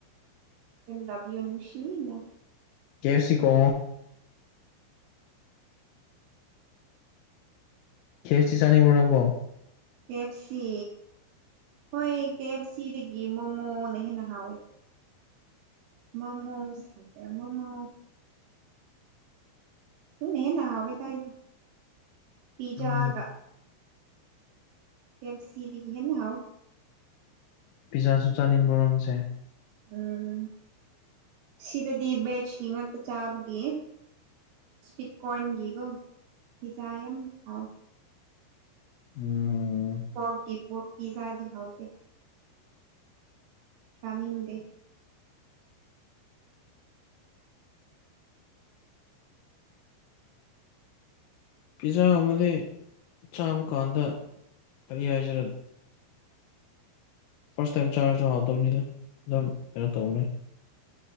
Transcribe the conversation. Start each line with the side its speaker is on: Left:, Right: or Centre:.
Right: ꯀꯗꯕꯤ ꯑꯣꯅꯅꯨꯡꯁꯤꯅ
Left: ꯀꯦꯞꯁꯤ ꯀꯣ ꯈꯦꯞꯁꯤ ꯆꯥꯅꯤꯡꯕꯣ ꯅꯪꯕꯣ
Right: ꯀꯦ ꯑꯦꯐ ꯁꯤ ꯍꯣꯏ ꯀꯦ ꯑꯦꯐ ꯁꯤꯗꯒꯤ ꯃꯣꯃꯣꯅ ꯍꯦꯟꯅ ꯍꯥꯎꯋꯦ ꯃꯣꯃꯣꯁ ꯃꯣꯃꯣ ꯎꯅ ꯅ ꯍꯋꯦꯗꯥꯏꯗꯤ ꯄꯤꯖꯒ
Left: ꯎꯝ
Right: ꯀꯦ ꯁꯤꯗꯒꯤ ꯀꯅ ꯍꯥꯎ
Left: ꯄꯤꯖꯥꯁꯨ ꯆꯥꯅꯤꯡꯕꯔꯣ ꯅꯡꯁꯦ
Right: ꯎꯝ ꯁꯤꯗꯗꯤ ꯕꯦꯁꯀꯤ ꯉꯥꯛꯇ ꯆꯥꯕꯒꯤ ꯁꯥꯏꯠ ꯀꯣꯔꯅ ꯒꯤꯒꯣ ꯐꯤꯖꯥ ꯌꯥꯝ ꯍꯥꯎ
Left: ꯎꯝ
Right: ꯄꯣꯛꯗꯤ ꯄꯤꯖꯥ ꯗꯤ ꯍꯥꯎꯗ ꯁꯅꯤꯗꯦ
Left: ꯄꯤꯖꯥ ꯑꯃꯗꯤ ꯆꯥꯕ ꯀꯥꯟꯗ ꯀꯔꯤ ꯍꯥꯏꯖꯔꯦ ꯐꯥꯔꯁ ꯇꯥꯏꯝ ꯆꯥꯔꯖ ꯍꯗꯧꯅꯤꯗ ꯑꯗꯨꯝ ꯀꯩꯅꯣ ꯇꯧꯅꯤ